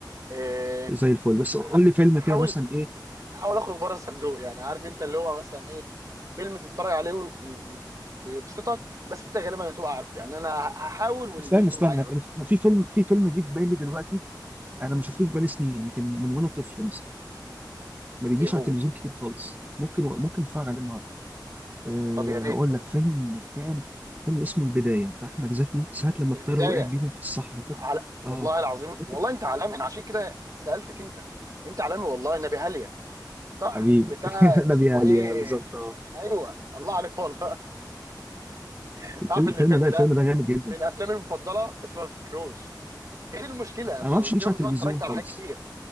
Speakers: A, on the right; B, on the right.
A: إيه،
B: زي الفل بس قول
A: أح-
B: لي فيلم
A: احاول
B: كده مثلا إيه
A: احاول اخرج بره الصندوق يعني عارف انت اللي هو مثلا ايه فيلم تتفرج عليه و- و- ويبسطك بس انت غالبا هتبقى عارفه يعني انا هحاول واللي
B: استنى
A: يجي
B: استنى
A: معايا
B: أنا
A: بقى
B: في أنا في فيلم في فيلم جه في بالي دلوقتي انا ما شفتوش بقالي سنين يمكن من وانا طفل مثلا ما بيجيش
A: ايه هو
B: على التلفزيون كتير خالص ممكن ممكن اتفرج عليه النهارده أه
A: طب يا ريت
B: هقول
A: قول
B: لك
A: لي
B: فيلم كان فيلم اسمه البدايه بتاع احمد زكي ساعه لما
A: البدايه
B: الطياره وقعت بيهم في الصحراء فاكر
A: على والله
B: اه
A: العظيم
B: فاكر
A: والله انت عالمي انا عشان كده سالتك انت انت عالمي والله نبي هاليا صح
B: حبيبي
A: بتاع
B: <laughs>
A: اسمه
B: نبي علي
A: ايه
B: بالظبط اه
A: ايوه الله عليك والله <laughs>
B: الفيلم
A: تعرف ان
B: الفيلم
A: الفيلم
B: ده
A: ده
B: الفيلم ده جامد جدا
A: من افلامي المفضله بس ما بفتكروش ايه المشكله
B: انا
A: اما
B: ما اعرفش
A: المشكله
B: يجيش على
A: ان انا
B: التلفزيون
A: اتفرجت
B: خالص
A: على حاجات كتير